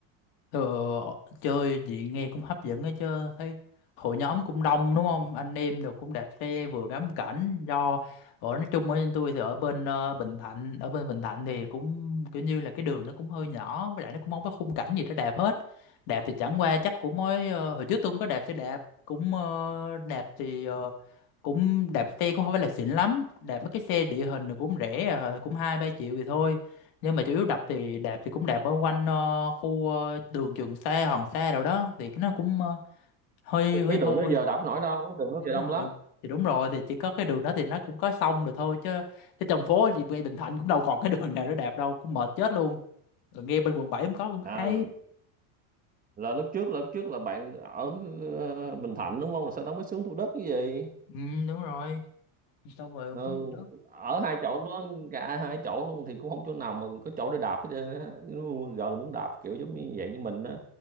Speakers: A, on the left (about 50°); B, on the right (about 20°).
A: Ờ, chơi gì nghe cũng hấp dẫn ấy chứ thấy hội nhóm cũng đông đúng không anh em được cũng đạp xe vừa ngắm cảnh do ở nói chung ở bên tôi thì ở bên ờ, Bình Thạnh ở bên Bình Thạnh thì cũng kiểu như là cái đường nó cũng hơi nhỏ với lại nó cũng không có khung cảnh gì để đạp hết đạp thì chẳng qua chắc cũng mới ờ, hồi trước tôi cũng có đạp xe đạp cũng ờ, đạp thì ờ, cũng đạp xe cũng không phải là xịn lắm đạp mấy cái xe địa hình thì cũng rẻ à, cũng hai ba triệu thì thôi nhưng mà chủ yếu đập thì đạp thì cũng đạp ở quanh ờ, khu ờ, đường Trường Sa Hoàng Sa đâu đó thì cái nó cũng ờ, hơi hơi
B: cái đường
A: hôi
B: đó giờ đạp nổi đâu cái đường đó
A: thì đúng
B: giờ đông
A: rồi
B: lắm
A: thì đúng rồi thì chỉ có cái đường đó thì nó cũng có sông rồi thôi chứ chứ trong phố thì ngay Bình Thạnh cũng đâu còn cái đường nào để đạp đâu cũng mệt chết luôn rồi nghe bên quận bảy cũng có cũng
B: à
A: hay
B: là, là lúc trước là lúc trước là bạn ở ờ, Bình Thạnh đúng không là sau đó mới xuống Thủ Đức cái gì
A: ừ đúng rồi xong rồi cũng
B: Ừ,
A: xuống Thủ Đức
B: ở hai chỗ đó cả hai chỗ luôn thì cũng không chỗ nào mà có chỗ để đạp hết trơn á Nó gọi là muốn đạp kiểu giống như vậy như mình á